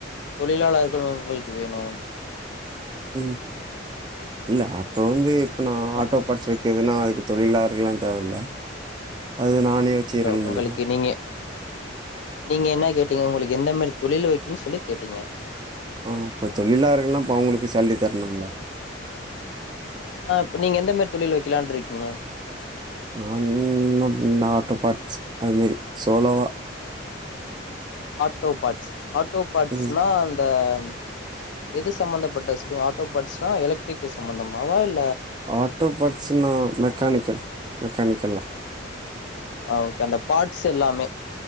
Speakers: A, on the left (about 70°); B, on the right (about 20°).
A: தொழிலாளர்கள் உங்களுக்கு வேணும்
B: உம் இல்ல அப்ப வந்து எப்டினா
A: ஆ
B: ஆட்டோ பார்ட்ஸ் வைக்கதுன்னா அதுக்கு தொழிலாளர்களாம் தேவையில்ல அது நானே வச்சு
A: ஹலோ
B: ரன் பண்ணிக்கலா
A: உங்களுக்கு நீங்க நீங்க என்ன கேட்டீங்க உங்களுக்கு எந்த மாரி தொழில் வைக்கணும்னு சொல்லி கேட்டீங்க
B: ஆஹ் இப்ப தொழிலாளர்கள்ல்லாம் இப்ப அவங்களுக்கு சேலரி தரணும்ல
A: ஆஹ் இப்ப நீங்க எந்த மாரி தொழில் வைக்கலான் இருக்கீங்க
B: நான் என் ஆட்டோ பார்ட்ஸ் அது மாரி சோலோவா
A: ஆட்டோ பார்ட்ஸ் ஆட்டோ பார்ட்ஸ்னா
B: ம்
A: அந்த ம் எது சம்பந்தப்பட்ட சொல் ஆட்டோ பார்ட்ஸா எலக்ட்ரிக்கல் சம்பந்தமாவா இல்
B: ஆட்டோ பாட்ஸுனா மெக்கானிக்கல் மெக்கானிக்கல்லா
A: ஆ ஓகே அந்த பார்ட்ஸ் எல்லாமே